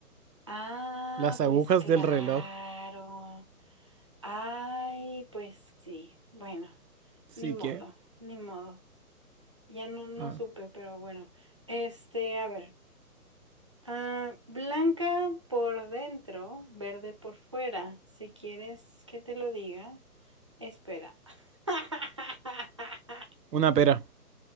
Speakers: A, on the right; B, on the right.
A: Ah,
B: Las agujas
A: pues claro.
B: del reloj.
A: Ay, pues sí. Bueno,
B: Sí
A: ni modo,
B: que.
A: ni modo. Ya no, no
B: ah,
A: supe, pero bueno. Este, a ver. Ah, blanca por dentro, verde por fuera. Si quieres que te lo diga, espera. <laughs>
B: una pera.